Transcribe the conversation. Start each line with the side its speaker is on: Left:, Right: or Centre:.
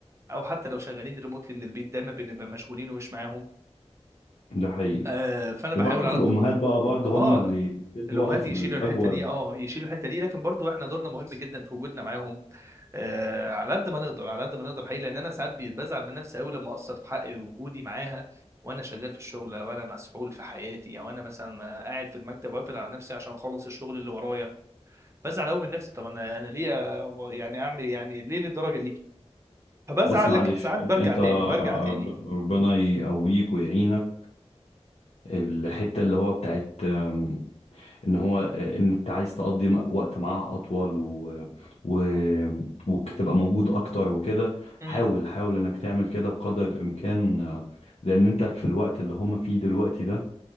Right: او حتى لو شغالين ريموتلي من البيت دايما بنبقى مشغولين ومش معاهم
Left: ده حقيقي
Right: آه فانا بحاول
Left: البركه
Right: على
Left: في الامهات
Right: قد ما
Left: بقى برضه
Right: اه
Left: هم اللي يسدوا
Right: الامهات
Left: بقى الف-
Right: يشيلوا
Left: الفجوه
Right: الحته دي
Left: ال-
Right: اه يشيلوا الحته دي لكن برضو احنا دورنا مهم جدا في وجودنا معاهم آه، على قد ما نقدر على قد ما نقدر حقيقي لان انا ساعات بي- بزعل من نفسي قوي لما اقصر في حق وجودي معاها وانا شغال في الشغل او انا مسحول في حياتي او انا مثلا قاعد في المكتب واقفل على نفسي عشان اخلص الشغل اللي ورايا بزعل قوي من نفسي طب انا انا ليه آه، يعني اعمل إيه؟ يعني ليه للدرجه دي فبزعل
Left: بص معلش
Right: لكن ساعات
Left: انت
Right: برجع
Left: انت
Right: تاني برجع
Left: رب-
Right: تاني
Left: ربنا يقويك ويعينك الحته اللي هو بتاعت آم، ان هو آه، ان انت عايز تقضي م- وقت معاه اطول و... و... وتبقى موجود اكتر وكده
Right: امم
Left: حاول حاول انك تعمل كده بقدر الامكان آه، لان انت في الوقت اللي هم فيه دلوقتي ده